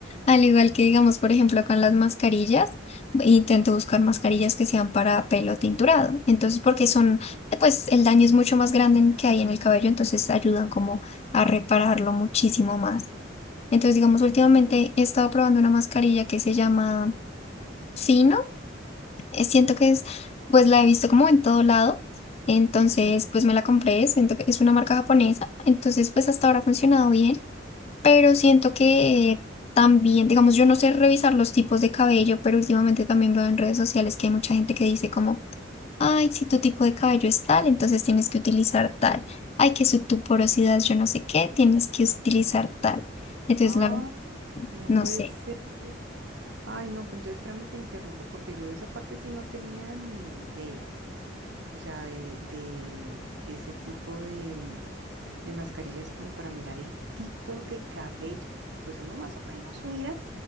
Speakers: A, on the left (about 35°); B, on the right (about 65°).
A: al igual que digamos, por ejemplo, con las mascarillas, intento buscar mascarillas que sean para pelo tinturado. Entonces, porque son,
B: ok,
A: pues el daño es mucho más grande en- que hay en el cabello, entonces ayudan como a repararlo muchísimo más. Entonces, digamos, últimamente
B: sí.
A: he estado probando una mascarilla que se llama Fino. eh, Siento que es, pues la he visto como en todo lado. Entonces,
B: Ujú.
A: pues me la compré, siento que es una marca japonesa. Entonces, pues hasta ahora ha funcionado bien pero siento que también, digamos, yo no sé revisar los tipos de cabello, pero últimamente también veo en redes sociales que hay mucha gente que dice como, ay, si tu tipo de cabello es tal, entonces tienes que utilizar tal. Ay, que su tu porosidad, yo no sé qué, tienes que utilizar tal. Entonces,
B: Ah,
A: la verdad,
B: no
A: no
B: puede
A: sé.
B: ser. Ay, no, pero entonces espérame, te interrumpo porque yo de esa parte sí no tenía ni idea. O sea, de, de, de ese tipo de, de mascarillas como para mirar el tipo de cabello. Pues uno más o menos mira